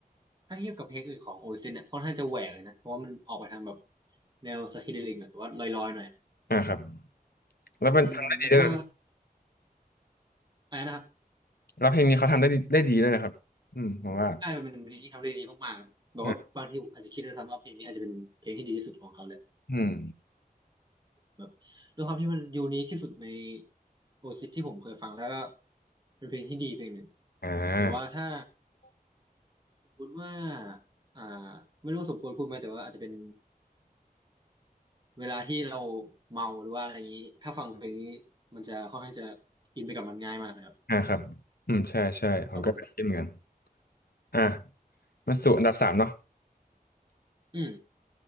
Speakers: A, on the right; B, on the left.
A: ถ้าเทียบกับเพลงอื่นของโอซินเนี่ยค่อนข้างจะแหวกเลยนะเพราะว่ามันออกไปทางแบบแนวสคิเดลิงหรือว่าลอยๆหน่อย
B: อ่าครับแล้วเป็นทำได้ดีด้วยนะ
A: อืมแล้วก็อะไรนะครับ
B: แล้วเพลงนี้เขาทำได้ดีได้ดีด้วยนะครับอืมผมว่า
A: ใช่มันเป็นเพลงที่ทำได้ดีมากๆแบบว่าบางทีผมอาจจะคิดด้วยซ้ำว่าเพลงนี้อาจจะเป็นเพลงที่ดีที่สุดของเขาเลย
B: อ่ะอืม
A: แบบด้วยความที่มันยูนิคที่สุดในโอซิสที่ผมเคยฟังแล้วก็เป็นเพลงที่ดีเพลงหนึ่ง
B: อ่า
A: แบบว่าถ้าสมมติว่าอ่าไม่รู้สมควรพูดไหมแต่ว่าอาจจะเป็นเวลาที่เราเมาหรือว่าอะไรอย่างนี้ถ้าฟังเพลงนี้มันจะค่อนข้างจะอินไปกับมันง่ายมากนะครับ
B: อ่าครับอืมใช่ใช่ผมก็คิดเหมือนกัน
A: ครับผม
B: อ่ะมาสู่อันดับสามเนาะ
A: อืม